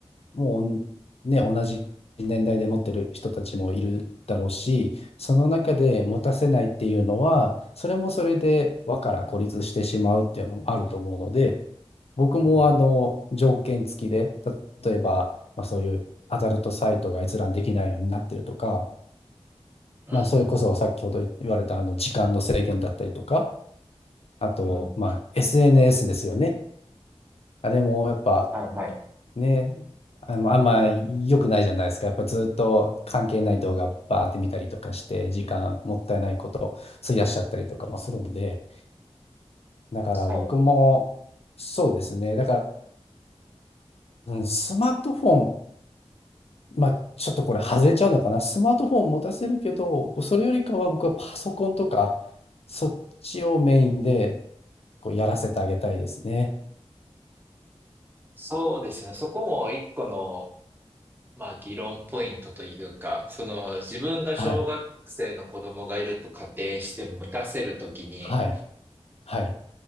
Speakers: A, on the left (about 65°); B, on the right (about 20°).
A: もうね、同じ年代で持ってる人たちもいるだろうし、その中で持たせないっていうのは、それもそれで輪から孤立してしまうっていうのもあると思うので、僕もあの条件付きで、
B: うん。
A: 例えば、まあ、そういうアダルトサイトが閲覧できないようになってるとか、
B: うん、
A: まあ、それこそ先ほど言われたあの時間の制限だったりとか、あと、
B: うん、うん。
A: まあ、SNS ですよね。あれもやっぱ
B: はい、はい。
A: ね、あの、まあんま良くないじゃないですか。やっぱずっと関係ない動画バーって見たりとかして、時間もったいないこと費やしちゃったりとかもするんで、だから僕もそうですね。
B: はい。
A: だから、うんスマートフォンまあ、ちょっとこれ外れちゃうのかな。スマートフォン持たせるけど、それよりかは僕はパソコンとか、そっちをメインでこうやらせてあげたいですね。
B: そうですね。そこも一個の、まあ、議論ポイントというか、その自分が小学生の子供がいると仮定して持たせるときに、
A: はい。はい。はい。